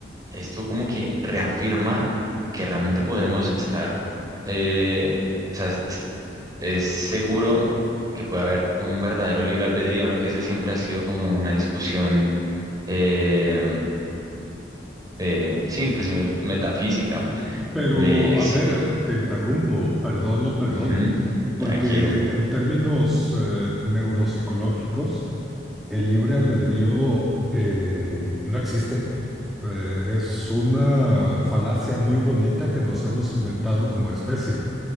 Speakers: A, on the right; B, in the centre.
A: esto como que reafirma que realmente podremos estar, eh, o sea, es, es- es seguro que puede haber un verdadero libre albedrío, ¿no? Que esa siempre ha sido como una discusión, eh, eh, sí, inclusive metafísica,
B: Pero,
A: de, ex-
B: a ver, te interrumpo, perdón, no perdón,
A: ¿Mm?
B: porque
A: Tranquilo.
B: en términos eh, neuropsicológicos, el libre albedrío eh, no existe. Eh, es una falacia muy bonita que nos hemos inventado como especie,